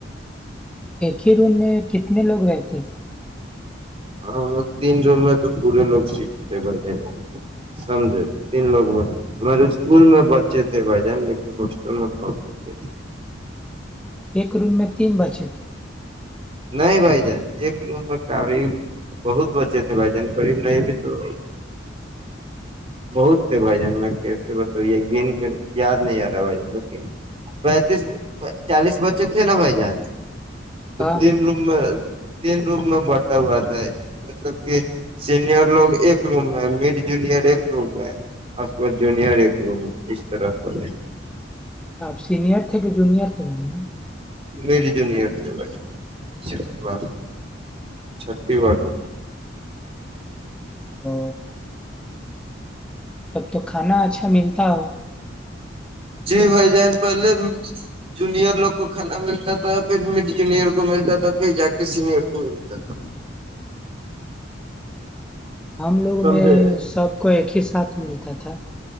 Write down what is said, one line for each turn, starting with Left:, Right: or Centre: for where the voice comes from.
Centre: ایک ہی روم میں کتنے لوگ رہتے تھے
Right: ہاں تین روم میں تو پورے لوگ سیکھ تھے بھائی جان سمجھے تین لوگ میں ہمارے اسکول میں بچے تھے بھائی جان لیکن ہسٹل میں کوم بچے تھے
Centre: ایک روم میں تین بچ تھ
Right: نہیں بھائی جان ایک روم قریب بہت بچے تھے بھائی جان قریب نہیں بھی تو بہت تھے بھائی جان ب یہ گ کے یاد نہیں آ رہا بھائی جان لیکن پینتیس چالیس بچے تھے نا بھائی جان
Centre: ہاں
Right: جن روم میں تین روم میں بڑھتا ہوا تھا مطلب کہ سینئر لوگ ایک روم میں مڈ جونیر ایک روم میں اس کے ب جونیئر ایک روم میں اس طرح سے ب
Centre: تو آپ سینئر تھے کہ جونئر تھے بھائی ہ
Right: میری جو نہیں یہ بھائی چھٹی والی
Centre: او تب تو کھانا اچھا ملتا ہو
Right: جی بھائی جان پہلے جونیئر لوگ کو کھانا ملتا تھا پھر مڈ جونیئر کو ملتا تھا پھر جا کے سینئر کو ملتا تھا
Centre: ہم لوگ
Right: سمجھے
Centre: میں سب آ کو ایک ہی ساتھ ملتا تھا